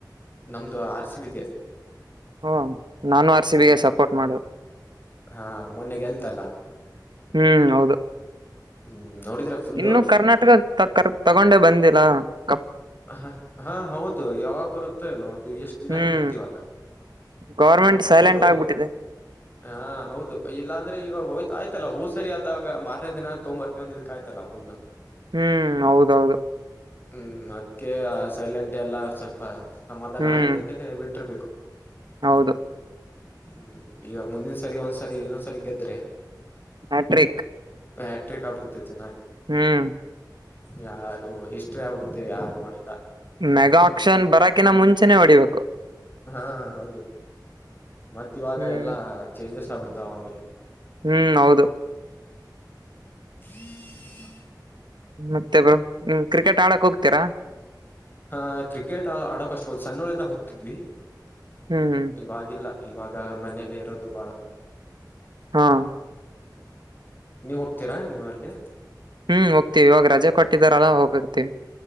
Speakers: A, on the left (about 30°); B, on the right (about 80°).
A: ನಮ್ದು ಆರ್ಸಿವಿದ
B: ಓ ನಾನು ಆರ್ ಸಿ
A: ಹ್ಮ್
B: ಬಿಗೆ ಸಪೋರ್ಟ್ ಮಾಡೋದು
A: ಹಾ ಮೊನ್ನಗೆಲ್ತಲ್ಲ
B: ಹ್ಮ್ ಹೌದು
A: ಹ್ಮ್ ನೋಡಿದ್ರ ಫುಲ್ಲು
B: ಇನ್ನು ಕರ್ನಾಟಕ ಕರ್ ತಗೊಂಡೆ ಬಂದಿಿಲ್ಲ ಹಾ
A: ಹ ಹಾ ಹೌದು ಯಾವಾಗ ಬರುತ್ತೆ ನೋದು ಎಷ್ಟ್ ದಿನ
B: ಹ್ಮ್
A: ಆಯ್ತು ಮತ್ತ್ ಇವಾಗ
B: ಗೌರ್ಮೆಂಟ್ ಸೈಲೆಂಟ್
A: ಅವರು
B: ಆಗ್ಬಿಟ್ಟಿದೆ
A: ಹಾ ಹೌದು ಇಲ್ಲಾಂದ್ರೆ ಇವಾಗ ಹೋತ್ ಆಯ್ತಲ್ಲ ಒದ್ ಸರಿ ಆದಾಗ ಮಾರನೇ ದಿನ ತಗೊಂಬರ್ತೀನಿ ಅಂದಿದ್ದಕ್ಕೆ ಆಯ್ತಲ್ಲ ಎಲ್ಲಾ ಪುಲ್ಲು
B: ಹ್ಮ್ ಹೌದೌದು
A: ಹ್ಮ್ ಅದಕ್ಕೆ ಸೈಲೆಂಟ್ ಎಲ್ಲಾ ಸ್ವಲ್ಪ ಸಮಾಧಾನ
B: ಹ್ಮ್
A: ಆಗ್ಲಿ ಅಂತಲ್ಲೇ ಬಿಟ್ಟಿರ್ಬೇಕು
B: ಹೌದು
A: ಹ್ಮ್ ಈಗ ಮುಂದಿನ ಸರಿ ಒಂದ್ಸರಿ ಇನ್ನೊಂದ್ಸರಿ ಗೆದ್ರೆ
B: ಹಟ್ರಿಕ್
A: ಹ್ಯಾಟ್ರಿಕ್ ಆಬಿಡುತ್ತೈತ್ತೆ ಚೆನ್ನಾಗಿ
B: ಹ್ಮ್
A: ಯಾರು ಹಿಸ್ಟ್ರಿ ಆಗ್ಬಿಡುತ್ತೆ ಯಾರು ಮಾಡಿಲ್ಲ ಇನ್ನವರೆಗೂ
B: ಮೆಗಾ ಆಕ್ಷನ್ ಬರಕಿನ ಮುಂಚೆನೆ ಹೊಡಿಬೇಕು.
A: ಹಾ ಹೌದು ಮತ್ತ್ ಇವಾಗ
B: ಹ್ಮ್
A: ಎಲ್ಲಾ ಚೇಂಜಸ್ ಆಗ್ಬಿಡ್ತಾವ ಆಮೇಲೆ
B: ಹ್ಮ್ ಹೌದು
A: ಹ <unintelligible>
B: ಮತ್ತೆ ಬ್ರೋ ಹ್ಮ್ ಕ್ರಿಕೆಟ್ ಆಡಕ್ ಹೋಗ್ತೀರಾ?
A: ಹಾ ಕ್ರಿಕೆಟ್ ಆಡಕಾಷ್ಟ ಹ ಸಣ್ಣೂರಿಂದಾಗ ಹೋಗ್ತಿದ್ವಿ
B: ಹ್ಮ್
A: ಇವಾಗಿಲ್ಲ ಇವಾಗ ಮನೆಯಲ್ಲೇ ಇರೋದು ಬಾಳ
B: ಹಾ
A: ನೀವು ಹೋಗ್ತೀರಾ ನೀವು ಅಲ್ಲಿ
B: ಹ್ಮ್ ಹೋಗ್ತಿವಿ ಇವಾಗ ರಜೆ ಕೊಟ್ಟಿದಾರಲ್ಲಾ ಹೋಗಿರ್ತೀನಿ.